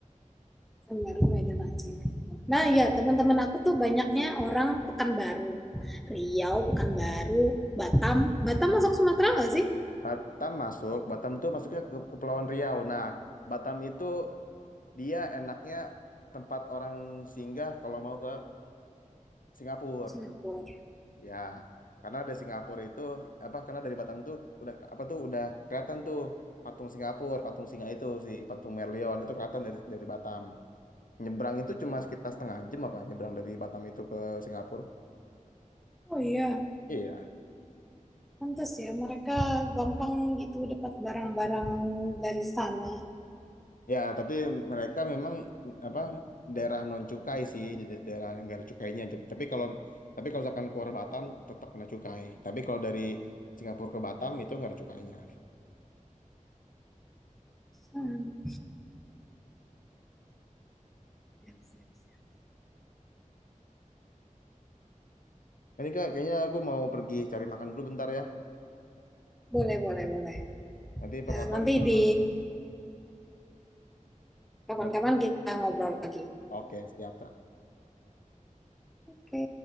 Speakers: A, in the centre; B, on the left.
A: Kan Baru Medan Aceh.
B: Heeh.
A: Nah, ya teman-teman aku tuh banyaknya orang Pekanbaru. Riau, Pekanbaru, Batam. Batam masuk Sumatera nggak sih?
B: Batam masuk, Batam tuh masuknya ke Kepulauan Riau. Nah, Batam itu dia enaknya tempat orang singgah kalau mau ke Singapura.
A: Singapura.
B: Ya, karena dari Singapura itu apa? Karena dari Batam tuh udah apa tuh udah kelihatan tuh patung Singapura, patung singa itu si patung Merlion itu kelihatan dari dari Batam. Nyebrang itu cuma sekitar setengah jam apa? Nyebrang dari Batam itu ke Singapura.
A: Oh iya,
B: Iya.
A: Pantes ya, mereka gampang gitu dapat barang-barang dari sana.
B: Ya, tapi mereka memang apa daerah non cukai sih, jadi daerah nggak ada cukainya. Jap- Tapi kalau tapi kalau misalkan keluar Batam tetap kena cukai. Tapi kalau dari Singapura ke Batam itu nggak ada cukainya.
A: Hmm, siap, siap, siap.
B: Ini Kak, kayaknya aku mau pergi cari makan dulu bentar ya.
A: Boleh, boleh, boleh.
B: Nanti pengkapan
A: Eh, nanti
B: kalau
A: di kapan-kapan
B: gimana?
A: kita ngobrol lagi.
B: Oke, siap.
A: Oke.